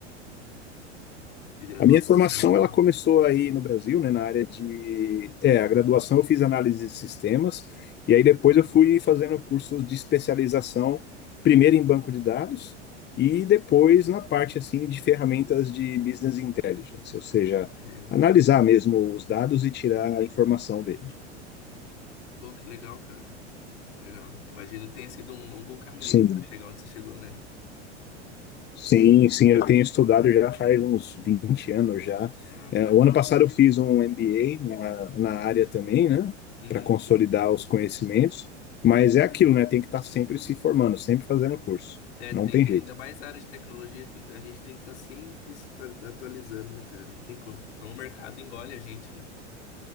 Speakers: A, on the left; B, on the left.
A: de graduação?
B: A minha formação ela começou aí no Brasil, né, na área de, é, a graduação eu fiz análise de sistemas e aí depois eu fui fazendo cursos de especialização, primeiro em banco de dados e depois na parte assim de ferramentas de business intelligence, ou seja,
A: E aí?
B: analisar mesmo os dados e tirar a informação dele.
A: Pô, que legal, cara. Legal. Imagino que tenha sido um longo caminho
B: Sim.
A: aí pra chegar onde você chegou, né?
B: Sim, sim, eu tenho estudado já faz uns 20 anos já.
A: Ah,
B: É,
A: maravilha.
B: o ano passado eu fiz um MBA na, na área também, né,
A: Uhum.
B: para consolidar os conhecimentos, mas é aquilo, né, tem que estar sempre se formando, sempre fazendo curso,
A: É,
B: não
A: tem
B: tem
A: que,
B: jeito.
A: ainda mais a área de tecnologia, tem que- a gente tem que estar sempre se atua- atualizando, né, cara? Não tem como. Senão o mercado engole a gente, né?